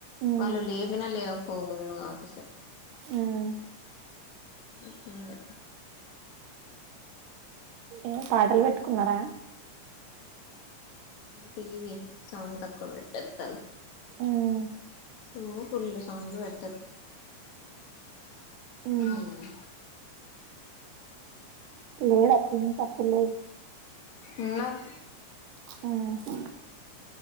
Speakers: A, on the right; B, on the left.
A: ఉమ్,
B: వాళ్ళు లేవిన లే పోవుద్దులు కావచ్చ స <unintelligible>
A: ఎమ్
B: ఇంకేం లె
A: ఏ పాటలు పెట్టుకున్నారా
B: టీవీ సౌండ్ తకుబెట్ట ఎత్తగ
A: ఉమ్,
B: ఓ ఫుల్ళ సౌండ్లు పెడతారు
A: హ్మ్
B: ఉమ్
A: లే వచ్చ <unintelligible>
B: ఉన్నరు
A: హ్మ్ హు